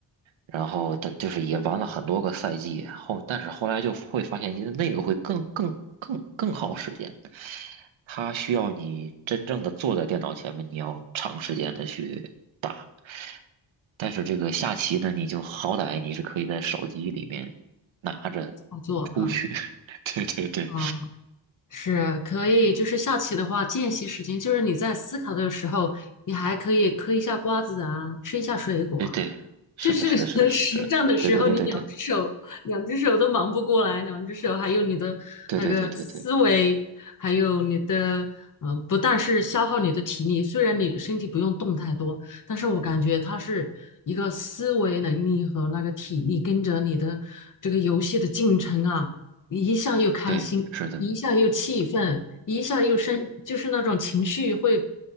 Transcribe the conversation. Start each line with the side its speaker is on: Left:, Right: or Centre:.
Right: 然后的就是也玩了很多个赛季后，但是后来就会发现，因为那个会更更更更耗时间，它需要你真正的坐在电脑前面，你要长时间的去打。但是这个下棋呢，你就好歹你是可以在手机里面拿着出去。
Left: 操作哈。
Right: <laughs> 对对对
Left: 啊，是可以，就是下棋的话，间隙时间就是你在思考的时候，你还可以嗑一下瓜子啊，吃一下水果啊，
Right: 对对，是的，
Left: 就是
Right: 是的，
Left: <laughs>
Right: 是的，是的，
Left: 实战的时候，
Right: 对对对对对
Left: 你两只手两只手都忙不过来，两只手还有你的那个思维，
Right: 对对对对对
Left: 还有你的嗯、呃不但是消耗你的体力，虽然你身体不用动太多，但是我感觉它是一个思维能力和那个体力跟着你的这个游戏的进程啊，你一下又开心，
Right: 对，是的，
Left: 一下又气愤，一下又生，就是那种情绪会